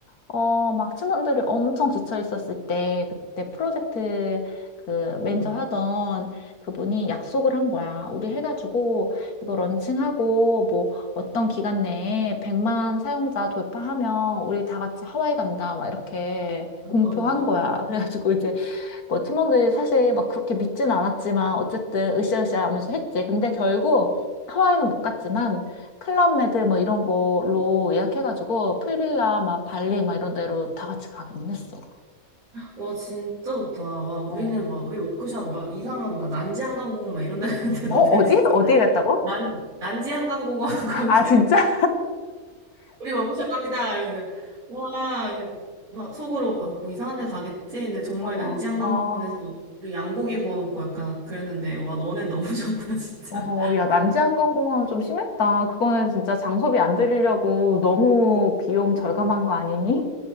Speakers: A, on the left; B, on the right.
A: 어, 막 팀원들이 엄청 지쳐 있었을 때, 그때 프로젝트 그 매니저
B: 응.
A: 하던 그분이 약속을 한 거야. 우리 해가지고 이거 런칭하고 뭐 어떤 기간 내에 백만 사용자 돌파하면 우리 다 같이 하와이 간다. 막 이렇게
B: <laughs>
A: 공표한 거야. 그래가지고 이제 뭐 팀원들이 사실 막 그렇게 믿진 않았지만 어쨌든 으쌰으쌰 하면서 했지. 근데 결국 하와이는 못 갔지만 클럽메드 뭐 이런 걸로 예약해가지고 풀빌라 막 발리 막 이런 데로 다 같이 가기는 했어.
B: 와 진짜 좋다. 와 우리는
A: 어.
B: 막 왜 워크숍 막 이상한 막 난지 한강공원 막 이런 데 갔는데 <laughs> 너네
A: 어, 어디?
B: 진짜
A: 어디에 갔다고?
B: 난 난지 한강공원 <laughs> 거기
A: 아, 진짜?
B: 우리 먹고 살 갑니다. 이러면서 와, 네. 막 속으로 아, 뭐 이상한 데 가겠지. 근데 정말
A: <laughs> 어.
B: 난지한강공원에서
A: 어,
B: 우리 양고기 구워 먹고 약간 그랬는데 와 너네 너무 <laughs> 좋다 진짜.
A: 어, 야, 난지항공공항 좀 심했다. 그거는 진짜 장소비 안 들이려고 너무 비용 절감한 거 아니니?